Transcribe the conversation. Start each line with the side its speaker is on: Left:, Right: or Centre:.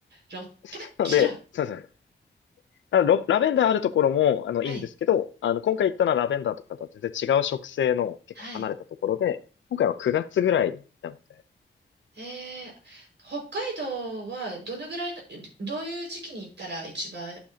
Right: 600キロ。
Left: <laughs> そうで、そうですね。あのララベンダーあるところも、あの、
Right: はい。
Left: いいんですけど、あの、今回行ったのはラベンダーとかとは全然違う植生の結構離れたところで、
Right: はい。
Left: 今回は9月ぐらいに行ったので、
Right: えー、北海道はどのぐらいの、どういう時期に行ったら一番